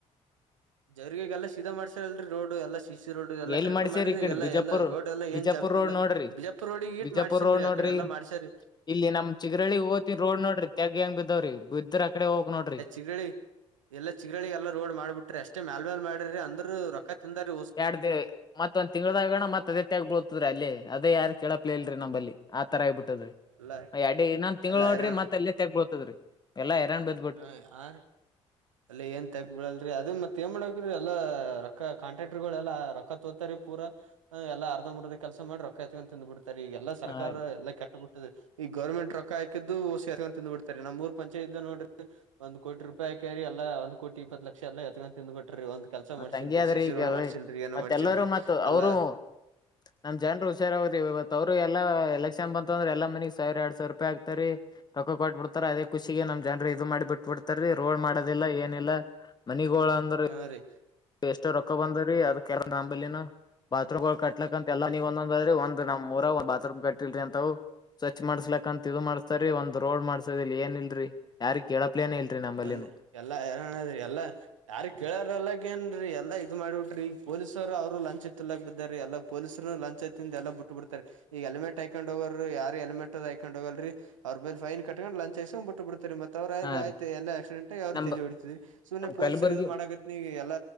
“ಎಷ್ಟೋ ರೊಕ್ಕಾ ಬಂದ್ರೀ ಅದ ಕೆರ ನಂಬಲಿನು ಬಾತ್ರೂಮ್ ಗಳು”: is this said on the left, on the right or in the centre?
Left